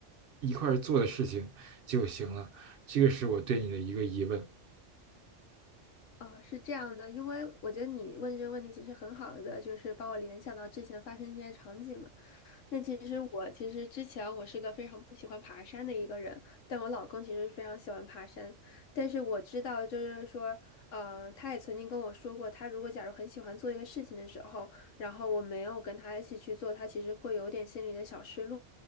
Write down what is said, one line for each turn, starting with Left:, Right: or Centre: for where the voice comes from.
Right: 一块儿做的事情就行了。这个是我对你的一个疑问。
Left: 哦，是这样的，因为我觉得你问这个问题其实很好的，就是把我联想到之前发生一些场景嘛。那其实我其实之前我是个非常不喜欢爬山的一个人，但我老公其实非常喜欢爬山。但是我知道，就是说，呃，他也曾经跟我说过，他如果假如很喜欢做一个事情的时候，然后我没有跟他一起去做，他其实会有点心里的小失落，